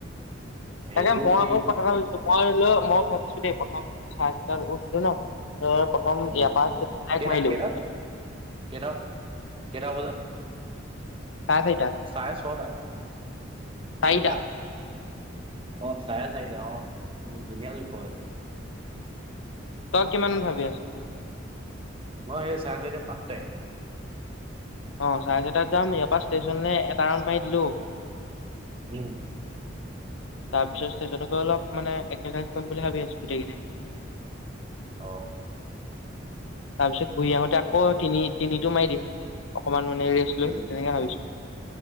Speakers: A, on the right; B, on the left.
A: সেইটো
B: তাকে মই
A: কি
B: আকৌ কথাষাৰ কৈ থৈছোঁ মই ল মই ভাবিছো দেই কথা চাই চ তাৰ উঠলো ন। প্ৰথম
A: উম,
B: ইয়াৰ পাক
A: কেইটাত
B: মাৰিলো
A: কেইটাত কেইটা কেইটা বজাত,
B: চাৰিটা
A: চাৰে ছটা?
B: চাৰিটা
A: তিনটা, অ চাৰে চাৰিটা অ। উম ধুনীয়া লোকৰ এইটো।
B: তই কিমান ভাবি আছ
A: মই সেই চাহ <unintelligible>
B: অ চাৰে চাৰীতাত যাম ইয়াৰ পৰা ষ্টেচন এটা ৰাউণ্ড মাৰি দিলো।
A: <inaudible>
B: তাৰপিছতেইজনকো অলপ মানে এক্ৰচাইজ বুলি ভাবি আছো গোটেইকেইটা।
A: অ।
B: তাৰ পিছত ঘূৰি আহোতে আকৌ তিনি-তিনিটো মাৰি দিম, অকমান মানে ৰেষ্ট
A: উম,
B: লৈ তেনেকে ভাবিছো।